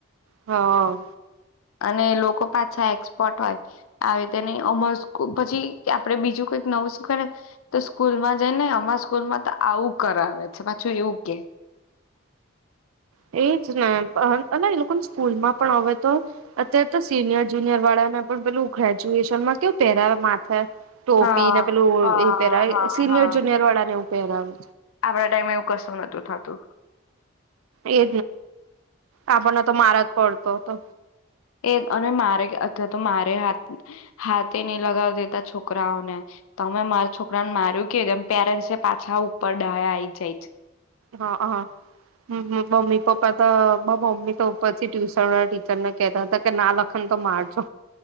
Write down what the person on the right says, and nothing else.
હા.
એજ ને એ લોકો સ્કૂલમાં પણ હવે તો અત્યારે તો સિનિયર જુનિયર વાળાને પણ પેલું ગ્રેજ્યુએશનમાં કેવું પહેરા માથે ટોપી
ને પેલું
એ પહેરાવે
સિનિયર
જુનિયર વાળા ને એવું પહેરાવે
એજ આપણને તો મારા જ પડ તો તો.
હા હા હમ મમ્મી પપ્પા તો બ મમ્મી તો ઉપરથી ટ્યુશન વાળા ટીચર ને કેતા હતા કે ના લખન તો મારજો